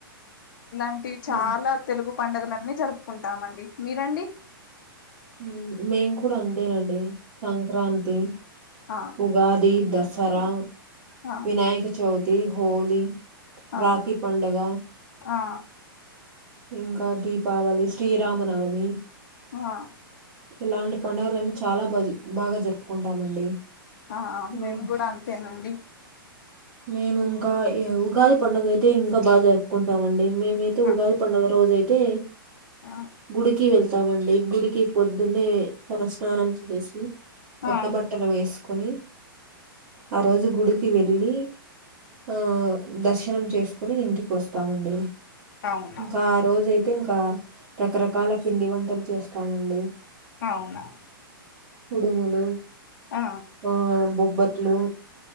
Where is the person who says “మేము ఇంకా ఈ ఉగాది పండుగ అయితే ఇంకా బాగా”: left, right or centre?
Right